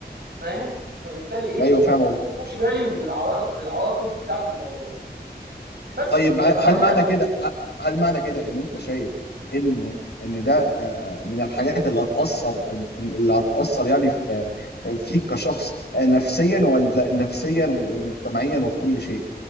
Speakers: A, on the right; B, on the left.
A: فاهم فبالتالي
B: فاهم
A: ايه
B: قصدي ايوه فاهم قصدي
A: ما باخدش بالي من العوائق العواقب بتاعه الموضوع بس
B: طيب
A: إيه،
B: ه- هل
A: طب انت
B: معنى كده ه- هل معنى كده ان انت شايف ان ان ده آه، من الحاجات اللي هتأثر إن- إن- اللي هتأثر يعني في فيك كشخص آه، نفسيا ولا نفسيا ومجتمعيا وفي كل شيء